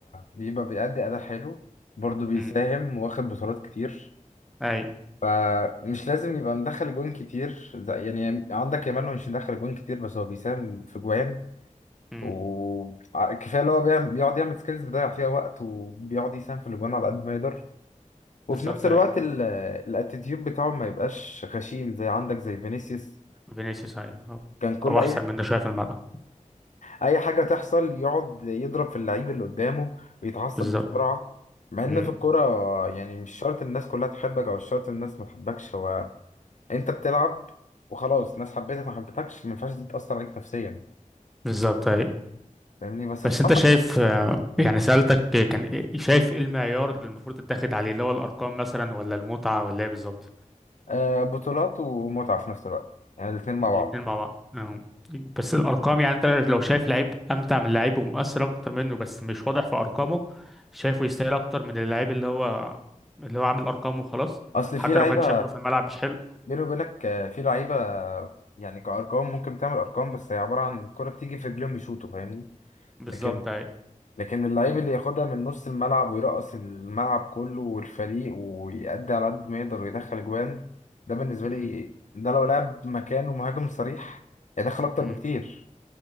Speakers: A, on the left (about 65°); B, in the centre.
A: يبقى بيأدي اداء حلو برضه بيساهم
B: مم.
A: واخد بطولات كتير
B: اي
A: فمش لازم يبقى مدخل جوان كتير زي يعني عندك يامال هو مش مدخل جوان كتير بس هو بيساهم في جوان
B: مم.
A: وكفايه اللي هو بيعمل- بيقعد يعمل سكيلز بيضيع فيها وقت وبيقعد يساهم في الاجوان على قد ما يقدر وفي
B: بالظبط
A: نفس الوقت
B: اي
A: ال- الاتيتيود بتاعه ما يبقاش غشيم زي عندك زي فينيسيوس
B: فينيسيوس اي هو
A: كان كل
B: هو
A: اي
B: احسن من ده شويه في الملعب
A: اي حاجه تحصل يقعد يضرب في اللعيب اللي قدامه ويتعصب
B: بالظبط
A: بسرعه مع ان
B: مم.
A: في الكوره يعني مش شرط الناس كلها تحبك او مش شرط الناس ما تحبكش هو انت بتلعب وخلاص ناس حبيتك ما حبيتكش ما ينفعش دي تأثر عليك نفسيا
B: بالظبط اي
A: فاهمني بس
B: بس
A: بصراحة
B: انت شايف يعني سألتك كان ايه- شايف ايه المعيار اللي المفروض تتاخد عليه اللي هو الارقام مثلا ولا المتعة ولا ايه بالظبط
A: آه بطولات ومتعة في نفس الوقت يعني الاتنين مع
B: الاتنين
A: بعض
B: مع بعض اه. بس الارقام يعني انت لو شايف لعيب امتع من لعيب ومؤثر اكتر منه بس مش واضح في ارقامه شايفه يستاهل اكتر من اللعيب اللي هو اللي هو عامل ارقام وخلاص
A: اصل
B: حتى
A: في لعيبة
B: لو كان شكله في الملعب مش حلو
A: بيني وبينك آه، في لعيبة يعني كأرقام ممكن تعمل أرقام بس هي عبارة عن الكرة بتيجي في رجليهم يشوطوا فاهمني
B: بالظبط
A: لكن
B: ايوه
A: لكن اللعيب اللي ياخدها من نص الملعب ويرقص الملعب كله والفريق ويأدي على قد ما يقدر ويدخل أجوان ده بالنسبة لي
B: م-
A: ده لو لعب مكانه مهاجم صريح هيدخل أكتر
B: م.
A: بكتير